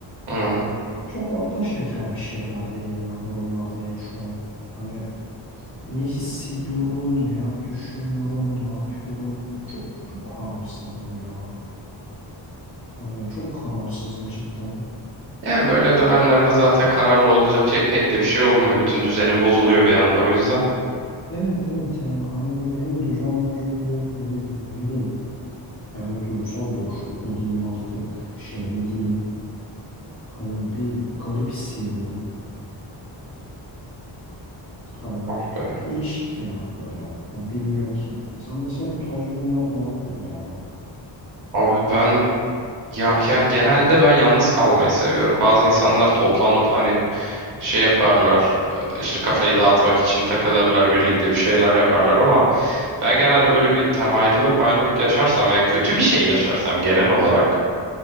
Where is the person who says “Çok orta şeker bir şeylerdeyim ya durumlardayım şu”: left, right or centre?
Left